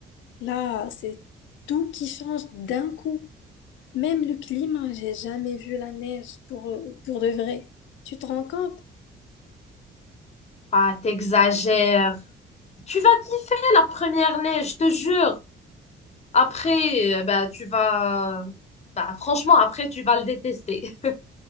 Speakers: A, on the left (about 70°); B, on the left (about 35°).
A: Là, c'est tout qui change d'un coup. Même le climat, j'ai jamais vu la neige pour, pour de vrai. Tu te rends compte?
B: Ah, t'exagères. Tu vas kiffer la première neige, je te jure. Après, euh, ben, tu vas... ben, franchement, après, tu vas le détester.